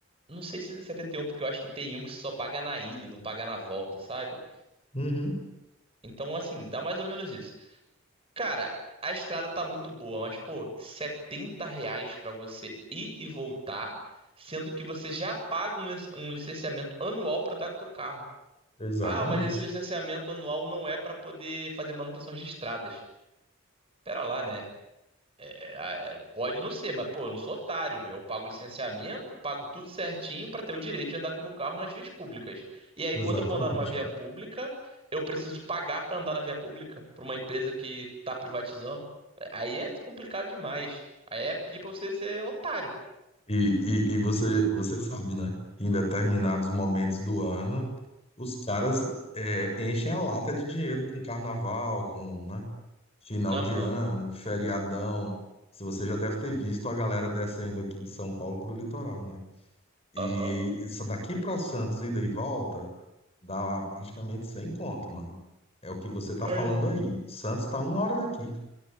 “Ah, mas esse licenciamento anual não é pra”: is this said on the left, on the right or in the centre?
Right